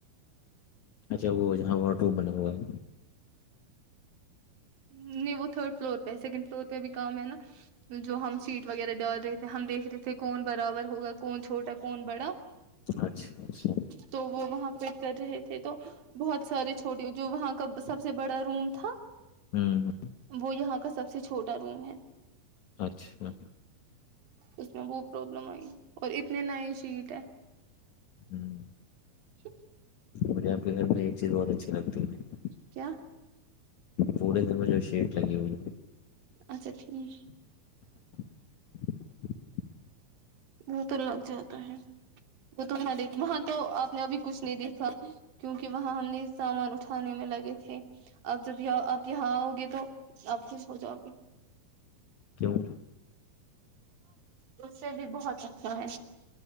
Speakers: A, on the left; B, on the right.
A: اچھا وہ جہاں ورٹو بنا ہوا ہے
B: نہیں وہ تھرڈ فلور پہ سیکنڈ فلور پہ بھی کام ہے نا جو ہم سیٹ وغیرہ ڈال رہے تھے ہم دیکھ رہے تھے کون برابر ہوگا کون چھوٹا کون بڑا
A: اچھا اچھا
B: تو وہ وہاں پ کر رہے تھے تو بہت سارے چھوٹے جو وہاں کا سب سے بڑا روم تھا
A: ہوں
B: وہ یہاں کا سب سے چھوٹا روم ہے
A: اچھا
B: اس میں وہ پرابلم آئی اور اتنے نئے شیٹ ہے
A: ہوں
B: <inaudible>
A: مجھے اپ کے گھر میں ایک چیز بہت اچھی لگتی ہے
B: کیا
A: پورورے دن میں جو شیٹ لگی ہوئی
B: اچھا ٹھیک
A: <inaudible>
B: وہ تو لگ جاتا ہے وہ تو دیک وہاں تو آپ نے ابھی کچھ نہیں دیکھا کیونکہ وہاں ہم نے سامان اٹھانے میں لگے تھے آپ جب آپ یہاں آؤ گے تو آپ خوش ہو جاؤ گے
A: کیوں
B: اس سے بھی بہت اچھا ہے